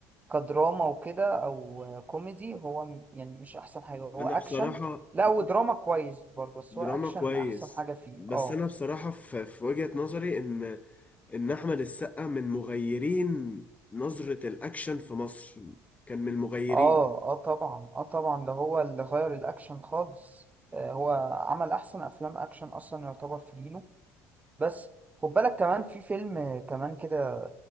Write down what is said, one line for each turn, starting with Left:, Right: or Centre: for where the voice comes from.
Right: كدراما وكده أو كوميدي هو م- يعني مش أحسن حاجة هو
Left: أنا
Right: أكشن
Left: بصراحة
Right: لا ودراما كويس برضه بس
Left: دراما
Right: هو أكشن
Left: كويس
Right: أحسن حاجة فيه
Left: بس
Right: اه
Left: انا بصراحة في في وجهة نظري ان ان احمد السقا من مغيرين نظرة الاكشن في مصر كان من المغيرين
Right: اه اه طبعا اه طبعا ده هو اللي غير الاكشن خالص آه هو عمل احسن افلام اكشن اصلا يعتبر في جيله بس خد بالك كمان في فيلم آه، كمان كده